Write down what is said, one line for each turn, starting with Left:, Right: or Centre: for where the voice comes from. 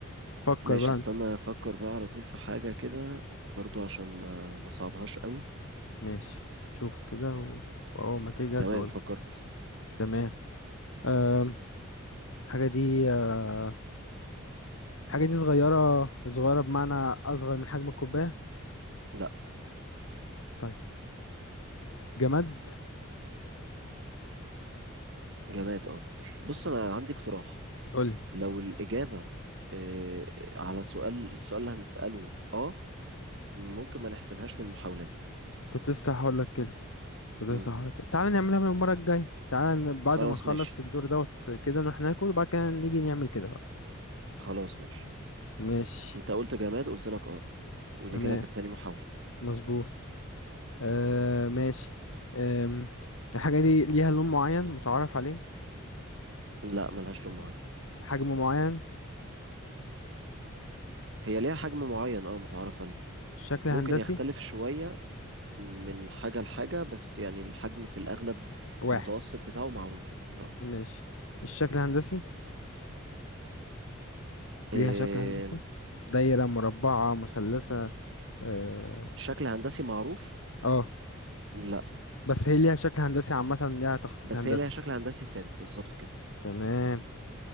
Left: فكر
Right: ماشي
Left: بقى
Right: استنى
Left: انت
Right: افكر بقى على طول في حاجة كده برضو عشان ما ما صعبهاش قوي
Left: ماشي شوف كده و... واول ما تجهز
Right: تمام
Left: قول
Right: فكرت
Left: تمام أم... حاجة دي أه... حاجة دي صغيرة صغيرة بمعنى اصغر من حجم الكوباية
Right: لا
Left: طيب جماد
Right: جماد اه بص انا عندي اقتراح
Left: قولي
Right: لو الاجابه آه على سؤال السؤال اللي هنساله اه ممكن ما نحسبهاش من المحاولات
Left: كنت لسه هقول لك كده كنت
Right: امم
Left: لسه هقول لك كده تعالى نعملها من المرة الجاية تعالى ن- بعد
Right: خلاص
Left: ما نخلص
Right: ماشي
Left: الدور دوت كده نروح ناكل وبعد كده نيجي نعمل كده
Right: خلاص ماشي
Left: ماشي
Right: انت قلت جماد قلت لك اه ودي
Left: تمام
Right: كده كانت تاني محاوله
Left: مظبوط آه ماشي آم، الحاجة دي ليها لون معين متعارف عليه
Right: لا ملهاش لون معين
Left: حجم معين
Right: هي ليها حجم معين اه متعارف عليه
Left: شكل
Right: ممكن
Left: هندسي
Right: يختلف شويه من حاجه لحاجه بس يعني الحجم في الاغلب
Left: واحد
Right: المتوسط بتاعه معروف يعني اه
Left: ماشي الشكل الهندسي ليها
Right: آم،
Left: شكل هندسي دايرة مربعة مثلثة اه
Right: شكل هندسي معروف
Left: آه.
Right: لا
Left: بس هي ليها شكل هندسي عامة ليها تخطيط
Right: بس
Left: هندسي
Right: هي ليها شكل هندسي ثابت بالظبط كده
Left: تمام